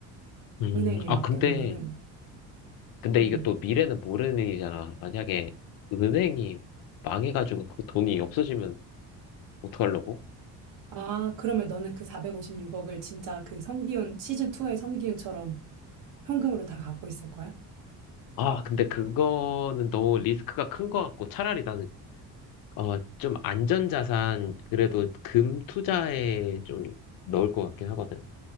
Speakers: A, on the left; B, on the right.
A: 음,
B: 은행에
A: 아,
B: 맡겨놓으면은.
A: 근데, 근데
B: 응.
A: 이게 또 미래는 모르는 일이잖아. 만약에 은행이 망해가지고 그 돈이 없어지면 어떡하려고?
B: 아, 그러면 너는 그 456억을 진짜 그 성기훈, 시즌2의 성기훈처럼 현금으로 다 갖고 있을 거야?
A: 아, 근데 그거는 너무 리스크가 큰 것 같고 차라리 나는 어, 좀 안전자산 그래도 금 투자에 좀 넣을 것 같긴 하거든.